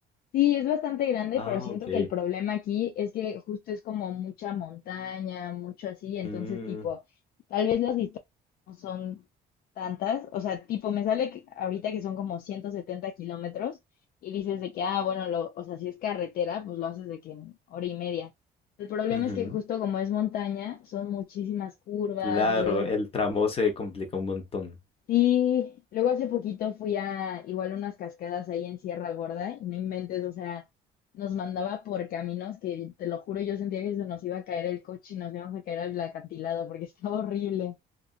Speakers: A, on the left (about 60°); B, on the left (about 35°).
A: Sí, es bastante grande,
B: Ah,
A: pero siento
B: ok.
A: que el problema aquí es que justo es como mucha montaña, mucho así, entonces
B: Mm,
A: tipo, tal vez las distancias no son tantas, o sea, tipo, me sale que- ahorita que son como 170 kilómetros y dices de que, ah, bueno, lo, o sea, si es carretera, pues lo haces de que en hora y media. El problema
B: ujú.
A: es que justo como es montaña, son muchísimas curvas
B: Claro,
A: y luego es
B: el tramo se complica un montón.
A: Sí, luego hace poquito fui a igual unas cascadas ahí en Sierra Gorda y no inventes, o sea, nos mandaba por caminos que te lo juro, yo sentía que se nos iba a caer el coche y nos íbamos a caer al acantilado porque <laughs> estaba horrible.